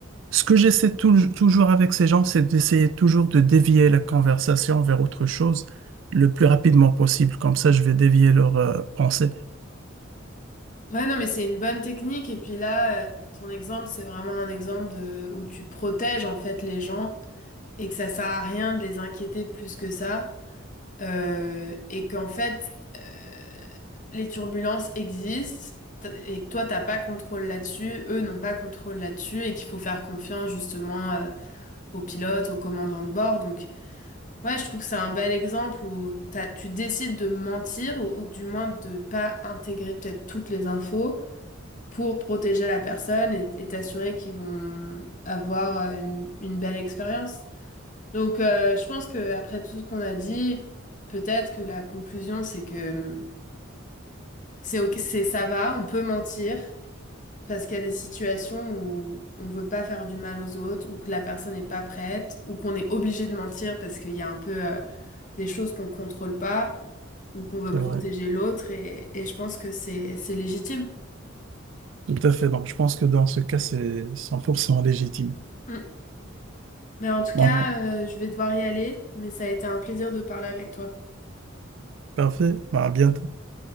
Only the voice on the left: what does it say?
Ouais, non, mais c'est une bonne technique. Et puis là, euh, ton exemple, c'est vraiment un exemple de où tu protèges en fait les gens et que ça sert à rien de les inquiéter plus que ça. Euh, et qu'en fait, euh, les turbulences existent t- et que toi, t'as pas contrôle là-dessus, eux n'ont pas contrôle là-dessus et qu'il faut faire confiance justement euh, aux pilotes, aux commandants de bord. Donc, ouais, je trouve que c'est un bel exemple où t'as- tu décides de mentir ou, ou du moins de pas intégrer peut-être toutes les infos pour protéger la personne et, et t'assurer qu'ils vont avoir euh, une, une belle expérience. Donc, euh, je pense que après tout ce qu'on a dit, peut-être que la conclusion, c'est que hum, c'est ok, c'est ça va, on peut mentir parce qu'il y a des situations où on veut pas faire du mal aux autres, ou que la personne n'est pas prête, ou qu'on est obligé de mentir parce qu'il y a un peu euh, des choses qu'on contrôle pas, ou qu'on veut
protéger
l'autre, et, et je pense que c'est c'est légitime.
Hum. Ben, en tout
cas, euh, je vais devoir y aller, mais ça a été un plaisir de parler avec toi.